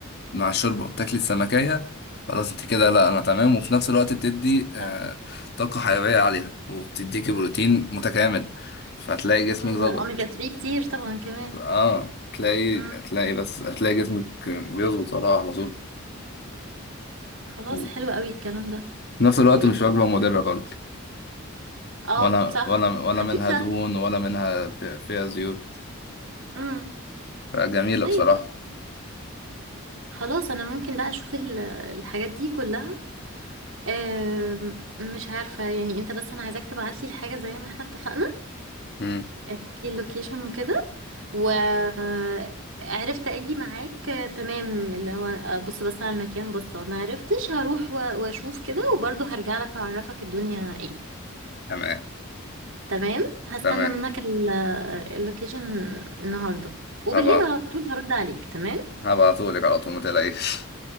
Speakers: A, on the left; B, on the right.
A: مع الشوربه بتاكلي السمكيه خلاص انت كده لا انا تمام وفي نفس الوقت بتدي آه،
B: صح.
A: طاقه حيويه عليها وبتديكي بروتين متكامل فهتلاقي جسمك
B: هو
A: ظبط
B: اوميجا 3 كتير طبعا كمان
A: اه هتلاقي
B: امم
A: هتلاقي بس هتلاقي جسمك بيظبط وراها على طول
B: خلاص
A: وفي
B: حلو قوي الكلام ده
A: نفس الوقت
B: وايه
A: مش وجبه
B: كمان؟
A: مضره خالص
B: اه
A: ولا
B: صح
A: ولا ولا
B: خفيفه
A: منها دهون ولا منها في- فيها زيوت
B: امم
A: فجميلة
B: طيب
A: بصراحة
B: خلاص انا ممكن بقى اشوف ال- الحاجات دي كلها آم، مش عارفة يعني انت بس انا عايزاك تبعتلي الحاجة زي ما احنا اتفقنا
A: مم.
B: ابعتلي اللوكيشن وكده وعرفت اجي معاك آه، تمام اللي هو آه، بص بس على المكان بص ما عرفتش هروح و- واشوف كده وبرضه هرجع لك اعرفك الدنيا ايه
A: تمام
B: تمام هستنى
A: تمام
B: منك ال- آه، اللوكيشن النهارده وبالليل
A: هبعت
B: على طول هرد عليك تمام
A: هبعتهولك على طول ما تقلقيش